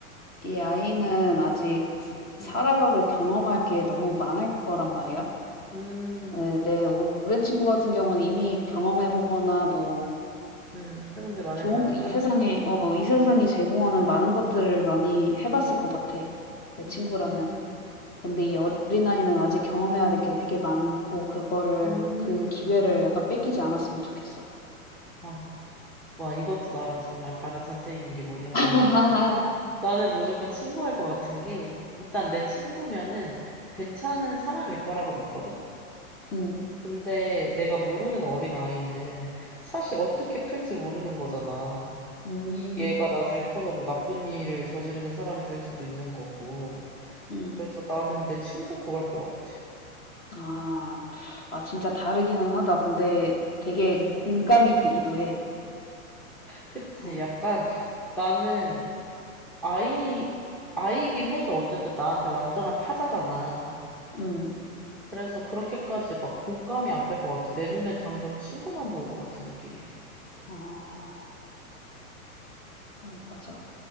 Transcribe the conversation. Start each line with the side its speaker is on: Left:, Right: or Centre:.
Left: 이 아이는 아직 살아가고
Centre: 음,
Left: 경험할 게 너무 많을 거란 말이야.
Centre: 음, 음.
Left: 네, 내 오랜 친구 같은 경우는 이미 경험해 보거나 뭐
Centre: 음. 해본 게 많을
Left: 좋은
Centre: 거니까.
Left: 이 세상에 어 이 세상이 제공하는 많은 것들을 많이 해 봤을 것 같아, 내 친구라면.
Centre: 음,
Left: 근데
Centre: 진짜?
Left: 이 어린아이는 아직 경험해야 될 게 되게 많고 그거를
Centre: 음.
Left: 그 기회를 약간 뺏기지 않았으면 좋겠어.
Centre: 아, 와 이것도 나랑 정말 다른 선택인 게 뭐냐면은
Left: <laughs>
Centre: 나는 무조건 친구할 것 같은 게, 일단 내 친구면은 괜찮은 사람일 거라고 믿거든?
Left: 음.
Centre: 근데 내가 모르는 어린아이는 사실 어떻게 클지 모르는 거잖아.
Left: 음.
Centre: 얘가 나중에 커서 뭐 나쁜 일을 저지르는 사람이 될 수도 있는 거고.
Left: 음.
Centre: 그래서 나는 내 친구 구할 것 같아.
Left: 아. 아 진짜 다르기는 하다. 근데 되게
Centre: 음,
Left: 공감이 되기도 해.
Centre: 그치.
Left: 어.
Centre: 약간 나는 아이, 아이긴 해도 어쨌든 나한테 완전한 타자잖아.
Left: 음.
Centre: 그래서 그렇게까지 막 공감이 안 될 것 같아. 내 눈엔 당장 친구만 보일 것 같은 느낌이야.
Left: 어. 어 맞아.